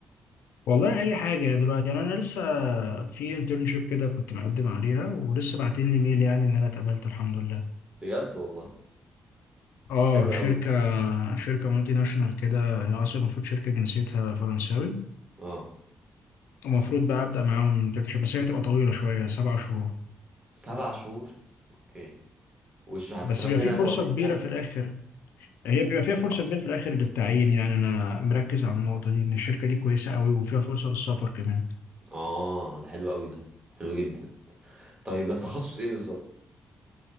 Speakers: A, on the left; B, on the right.
A: والله اي حاجة دلوقتي يعني انا لسه في انترنشيب كده كنت مقدم عليها ولسه باعتين لي ميل يعني ان انا اتقبلت الحمد لله
B: بجد والله
A: اه
B: حلو
A: شركة
B: قوي
A: شركة مالتي ناشونال كده هي اصلا المفروض شركة جنسيتها فرنساوي
B: اه
A: ومفروض بقى ابدا معاهم انترنشيب بس هي هتبقى طويلة شوية سبع شهور
B: سبع شهور اوكي وش هتستفاد
A: بس بيبقى
B: منها
A: في فرصة
B: كويس
A: كبيرة
B: يعني
A: في الاخر هي بيبقى فيها فرصة كبيرة في الآخر للتعيين يعني أنا مركز على النقطة دي إن الشركة دي كويسة قوي وفيها فرصة للسفر كمان
B: اه ده حلو قوي ده حلو جدا طيب ده تخصص ايه بالظبط